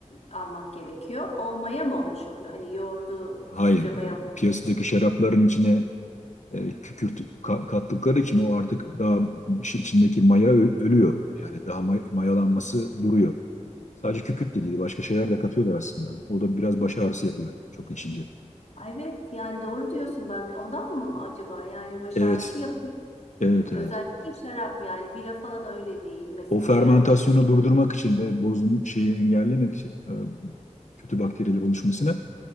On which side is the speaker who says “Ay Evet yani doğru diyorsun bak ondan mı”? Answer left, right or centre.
Left